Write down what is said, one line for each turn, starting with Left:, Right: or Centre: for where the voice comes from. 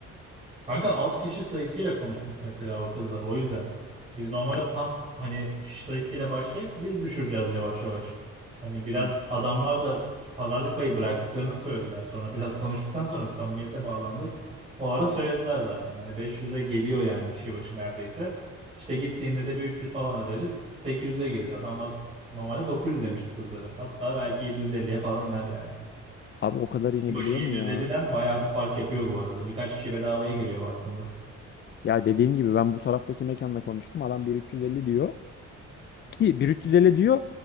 Right: Kanka az kişi sayısıyla konuşmuş mesela o kızlar. O yüzden biz normalde
Left: K-
Right: tam hani kişi sayısıyla başlayıp biz düşüreceğiz yavaş yavaş. Hani biraz
Left: Ha,
Right: adamlar da pazarlık payı bıraktıklarını söylediler. Sonra <laughs> biraz konuştuktan sonra samimiyete bağlandı. O ara söylediler zaten. Hani 500'e geliyor yani kişi başı neredeyse. İşte gittiğinde de bir 300 falan öderiz. 800'e gelir. Adamlar normalde 900 demişti kızlara. Hatta belki 750'ye falan iner yani.
Left: Abi o kadar inebiliyor
Right: Kişi başı 750'den
Left: mu ya?
Right: bayağı bir fark yapıyor bu arada. Birkaç kişi bedavaya geliyor baktığında.
Left: Ya dediğim gibi ben bu taraftaki mekanla konuştum. Adam 1350 diyor. Ki 1350 diyor